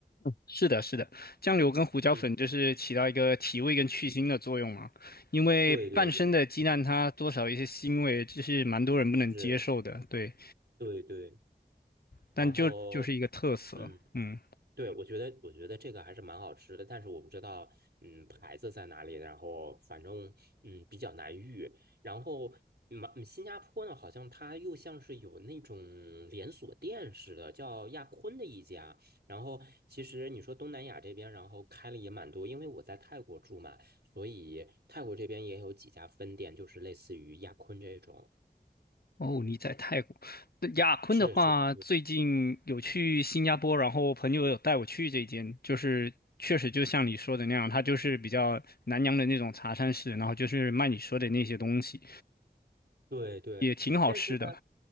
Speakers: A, on the left; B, on the right.
A: 是的，是的，酱油跟胡椒粉就是起到一个提味跟去腥的作用嘛。
B: 嗯，
A: 因为半生的鸡蛋它多少有一些腥味，
B: 对对对，
A: 这是蛮多人不能接受的，
B: 是，
A: 对。
B: 对对。
A: 但就就是一个特色，
B: 然后嗯，
A: 嗯。
B: 对，我觉得我觉得这个还是蛮好吃的，但是我不知道，嗯，牌子在哪里，然后反正嗯比较难遇。然后马嗯新加坡呢，好像它又像是有那种连锁店似的，叫亚坤的一家。然后其实你说东南亚这边，然后开了也蛮多，因为我在泰国住嘛，所以泰国这边也有几家分店，就是类似于亚坤这种。
A: 哦，你在泰国，那雅坤的话，
B: 是是是，
A: 最近有去新加坡，然后朋友有带我去这间，就是确实就像你说的那样，它就是比较南洋的那种茶餐室，然后就是卖你说的那些东西，
B: 对对，
A: 也挺好吃的。
B: 但是呢，